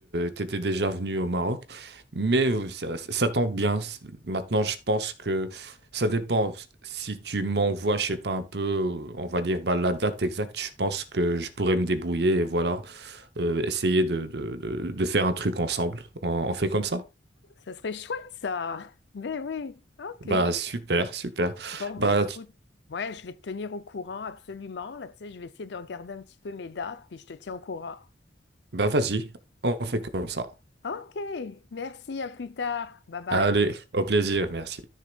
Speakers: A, on the right; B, on the left.
A: étais, déjà venu au Maroc, mais euh, ça, ça tombe bien. C'est- Maintenant, je pense que ça dépend. Si tu m'envoies, je sais pas, un peu, euh, on va dire bah, la date exacte, je pense que je pourrais me débrouiller et voilà, euh, essayer de, de, de, de faire un truc ensemble. On, on fait comme ça?
B: Ce serait chouette ça. ben oui, ok.
A: Bah, super, super.
B: Bon ben
A: Bah,
B: écoute,
A: tu-
B: ouais, je vais te tenir au courant absolument. Là, tu sais, je vais essayer de regarder un petit peu mes dates, puis je te tiens au courant.
A: bah vas-y, on fait comme ça.
B: Ok, merci, à plus tard. Bye bye.
A: Allez, au plaisir, merci.